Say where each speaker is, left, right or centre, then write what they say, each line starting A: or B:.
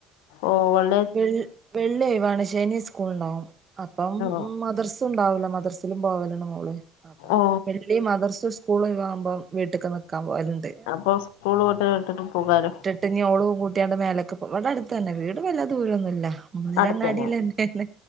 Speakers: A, on the left; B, on the right.
A: ഓഹ് വെൾ
B: വെൾ വെള്ളിഒഴിവാണ്. ശനി സ്കൂള് ണ്ടാവും. അപ്പം
A: ഓ
B: മദർസ് സുണ്ടാവൂല. മദ്രസിലും പോവല്ണ്ട് മോള് അപ്പം
A: ഓ
B: വെള്ളി മദർസുസ്കൂളും ഒഴവാവുമ്പം വീട്ടിക്ക് നിക്കാൻ പോവല്ണ്ട്.
A: അപ്പം സ്കൂൾ <unintelligible>
B: ട്ട് ഇഞ് ഓളും കൂട്ടിയാണ്ട് മേലക്ക് ഇപ്പം. ഇവടെ അടുത്തന്നെ. വീട് വല്ലാ ദൂരൊന്നു ല്ല. മോളിലങ്ങാടലെന്നേണ്.
A: അടുത്തന്നെ